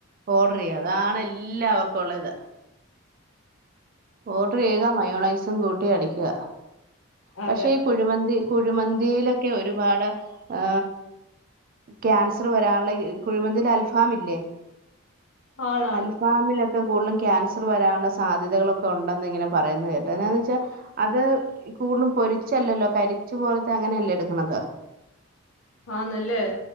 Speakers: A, on the right; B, on the left.
A: ഓഡ്റെയ്യാ അതാണ് എല്ലാവർക്കും ഉള്ള ത്. ഓഡർ ചെയ്യുക മയോണൈസും കൂട്ടി അടിക്കുഅ.
B: അതെ
A: പക്ഷെ ഈ കുഴിമന്തി കുഴിമന്തിയിലൊക്കെ ഒരുപാട് ഏ ക്യാൻസർ വരാനുള്ള ഹ് കുഴിമന്തിടെ അൽഫാമില്ലേ.
B: ആണോ
A: അൽഫാമി <unintelligible> കൂടുതലും ക്യാൻസർ വരാനുള്ള സാധ്യതകളൊക്കെ ഉണ്ടെന്ന് ഇങ്ങനെ പറയുന്നത് കേട്ട് എന്താന്ന് വെച്ചാൽ അത് കൂടുതലും പൊരിച്ചല്ലല്ലോ കരിച്ച പോലത്തെ അങ്ങനെയല്ലേ എടുക്കണത്.
B: ആന്നല്ലേ